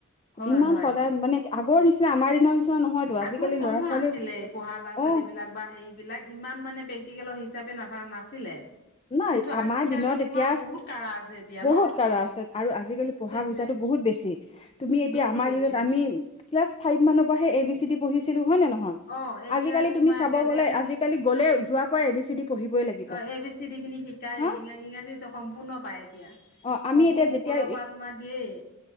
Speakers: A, on the left; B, on the left.
A: হয়
B: ইমান
A: হয়
B: সদায় মানে বৰ নিচনা আমাৰ দিনৰ নিচিনা নহয়তো আজিকালি
A: আগত কমো
B: ল'ৰা ছোৱালী
A: নাছিলে পঢ়া ল'ৰা ছোৱালী
B: অ
A: বিলাক বা হেৰি বিলাক ইমান ইমান মানে প্ৰেক্টিকেলৰ হিচাপে নাথা নাছিলে।
B: নাই
A: কিন্তু
B: আমাৰ
A: আজিকালি
B: দিনত
A: তোমাৰ
B: এতিয়া
A: বহুত কাৰা আছে এতিয়া
B: বহুত
A: ন
B: কাৰণ আছে, আৰু আজিকালি পঢ়া
A: সেইটোৱে
B: বুজাতো বহুত বেছি, তুমি এতিয়া
A: বেছি
B: আমাৰ
A: বেছি
B: দিনত আমি ক্লাছ ফাইভ মানৰ পৰাহে এ বি চি ডি পঢ়িছিলো হয় নে নহয়?
A: অ এতিয়াতো
B: আজিকালি তুমি
A: তোমাৰ
B: চাব
A: একেবাৰে
B: গলে আজিকালি গলে যোৱাৰ পৰা এ বি চি ডি পঢ়িবই লাগিব।
A: অ এ বি চি ডি খিনি শিকায়
B: হা
A: ইংৰাজী সম্পূৰ্ণ পায় এতিয়া।
B: অ আমি
A: অংকু
B: এতিয়া
A: মুকুলৰ
B: যেতিয়া
A: পৰা তোমাৰ দিয়েই